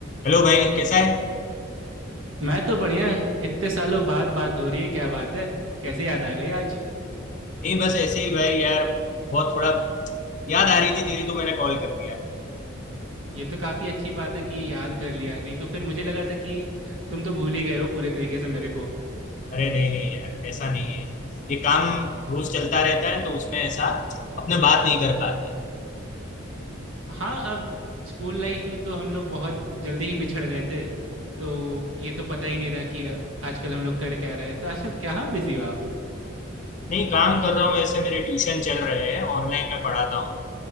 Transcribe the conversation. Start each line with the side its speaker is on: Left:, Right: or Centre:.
Left: Hello भाई कैसा है
Right: मैं तो बढ़िया है इतने सालों बाद बात हो रही है क्या बात है कैसे याद आ गई आज
Left: नहीं बस ऐसे ही भाई यार बहुत थोड़ा याद आ रही थी तेरी तो मैंने कॉल कर दिया
Right: ये तो काफी अच्छी बात है कि याद कर लिया नहीं तो फिर मुझे लगा था कि तुम तो भूल ही गए हो पूरे तरीके से मेरे को
Left: अरे नहीं नहीं यार ऐसा नहीं है ये काम रोज चलता रहता है तो उसमें ऐसा अपने बात नहीं कर पाते
Right: हाँ अब स्कूल लाइफ में तो हम लोग बहुत जल्दी ही बिछड़ गए थे तो ये तो पता ही नहीं रहा कि आजकल हम लोग कर क्या रहे हैं तो आजकल क्या बिजी हो आप
Left: नहीं काम कर रहा हूँ ऐसे मेरे ट्यूशन चल रहे हैं ऑनलाइन मैं पढ़ाता हूँ